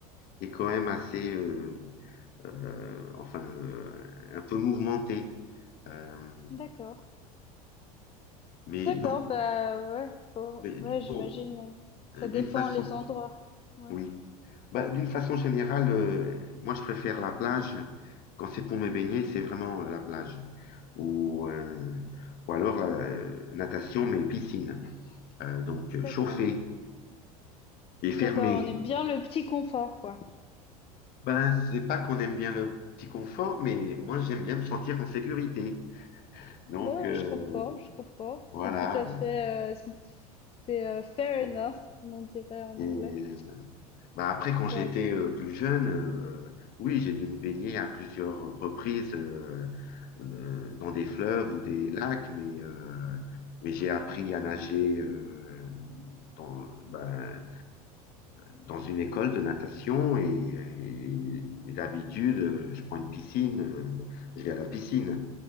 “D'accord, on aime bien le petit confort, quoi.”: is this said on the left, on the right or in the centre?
Left